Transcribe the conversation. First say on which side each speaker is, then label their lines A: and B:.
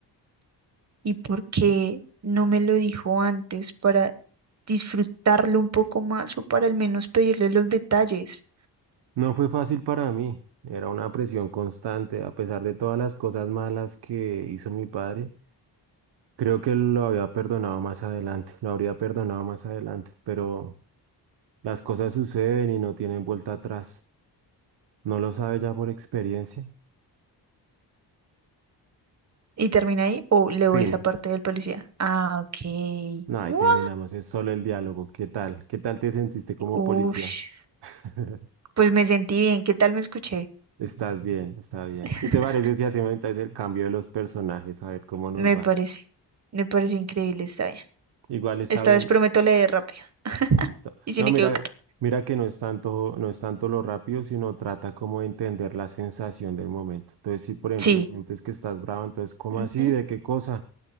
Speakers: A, on the right; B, on the right.
A: ¿Y por qué no me lo dijo antes para disfrutarlo un poco más o para al menos pedirle los detalles?
B: No fue fácil para mí, era una presión constante, a pesar de todas las cosas malas que hizo mi padre. Creo que lo había perdonado más adelante, lo habría perdonado más adelante, pero... Las cosas suceden y no tienen vuelta atrás. ¿No lo sabe ya por experiencia?
A: ¿Y termina ahí o leo
B: Fin.
A: esa parte del policía? Ah, ok.
B: No, ahí
A: ¡Guau!
B: terminamos. Es solo el diálogo. ¿Qué tal? ¿Qué tal te sentiste como
A: Ush.
B: policía? <laughs>
A: Pues me sentí bien. ¿Qué tal me escuché?
B: Estás bien, está bien.
A: <laughs>
B: ¿Qué te parece si hacemos entonces el cambio de los personajes? A ver cómo nos
A: Me
B: va.
A: parece. Me parece increíble. Está bien.
B: Igual está
A: Esta
B: bien.
A: vez prometo leer rápido
B: Listo.
A: y sin
B: No,
A: equivocar.
B: mira, mira que no es tanto, no es tanto lo rápido, sino trata como de entender la sensación del momento. Entonces, si por ejemplo
A: Sí.
B: sientes que estás bravo, entonces, ¿cómo
A: Ujú.
B: así? ¿De qué cosa?